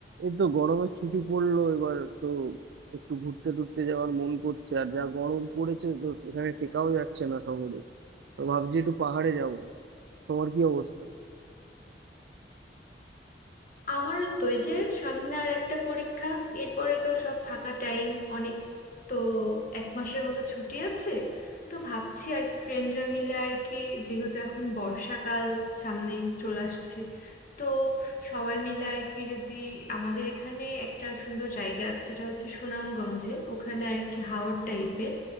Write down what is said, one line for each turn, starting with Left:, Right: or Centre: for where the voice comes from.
Right: এই তো গরমের ছুটি পড়লো এবার তো একটু ঘুরতে টুরতে যাওয়ার মন করছে আর যা গরম পড়েছে তো এখানে টেকাও যাচ্ছে না শহরে তো ভাবছি একটু পাহাড়ে যাব তোমার কি অবস্থা
Left: আমারও তো এই যে সামনে আর একটা পরীক্ষা এরপরে তো সব ফাঁকা টাইম অনেক তো এক মাসের মতো ছুটি আছে তো ভাবছি আর কি ফ্রেন্ডরা মিলে আর কি যেহেতু এখন বর্ষাকাল সামনে চলে আসছে তো সবাই মিলে আর কি যদি আমাদের এখানে একটা সুন্দর জায়গা আছে সেটা হচ্ছে সুনামগঞ্জে ওখানে আর কি হাওর টাইপের